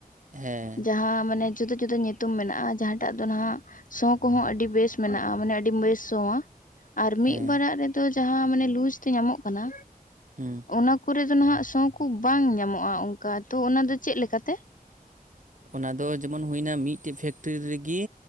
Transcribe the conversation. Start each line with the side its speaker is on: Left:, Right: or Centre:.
Right: ᱦᱮᱸ
Left: ᱡᱟᱦᱟᱸ ᱢᱟᱱᱮ ᱡᱩᱫᱟᱹ ᱡᱩᱫᱟᱹ ᱧᱩᱛᱩᱢ ᱢᱮᱱᱟᱜᱼᱟ ᱡᱟᱦᱟᱸ ᱴᱟᱜ ᱫᱚ ᱱᱟᱦᱟᱜ ᱥᱳᱸ ᱠᱚ ᱦᱚᱸ ᱟᱹᱰᱤ ᱵᱮᱥ ᱢᱮᱱᱟᱜᱼᱟ ᱢᱟᱱᱮ ᱟᱹᱰᱤ ᱵᱮᱥ ᱥᱳᱸᱼᱟ ᱟᱨ ᱢᱤᱫ
Right: ᱦᱮᱸ
Left: ᱵᱟᱨᱟᱜ ᱨᱮᱫᱚ ᱡᱟᱦᱟᱸ ᱢᱟᱱᱮ ᱞᱩᱡᱽ ᱛᱮ ᱧᱟᱢᱚᱜ ᱠᱟᱱᱟ
Right: ᱦᱩᱸ
Left: ᱚᱱᱟ ᱠᱚᱨᱮ ᱫᱚ ᱱᱟᱦᱟᱜ ᱥᱳᱸ ᱠᱚ ᱵᱟᱝ ᱧᱟᱢᱚᱜᱼᱟ ᱚᱱᱠᱟ ᱛᱚ ᱚᱱᱟ ᱫᱚ ᱪᱮᱫ ᱞᱮᱠᱟ ᱛᱮ
Right: ᱚᱱᱟ ᱫᱚ ᱡᱮᱢᱚᱱ ᱦᱩᱭᱱᱟ ᱢᱤᱫ ᱴᱮᱡ ᱯᱷᱮᱠᱴᱨᱤ ᱨᱤᱜᱮ